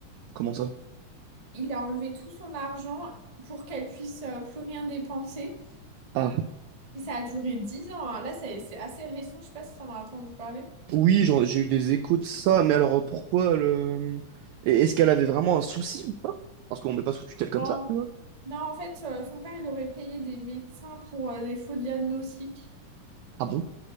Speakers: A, on the right; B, on the right.
A: Comment ça?
B: Il a enlevé tout son argent pour qu'elle puisse euh, plus rien dépenser.
A: Ah,
B: Et ça a duré dix ans. hein. Là, ça- c'est assez récent. Je sais pas si t'en as entendu parler.
A: oui, j'en- j'ai eu des échos de ça, mais alors euh, pourquoi le... Et Est-ce qu'elle avait vraiment un souci ou pas? Parce qu'on met pas sous tutelle comme
B: Non,
A: ça, tu vois.
B: non, en fait, euh, son père, il aurait payé des médecins pour euh, des faux diagnostics.
A: Ah bon?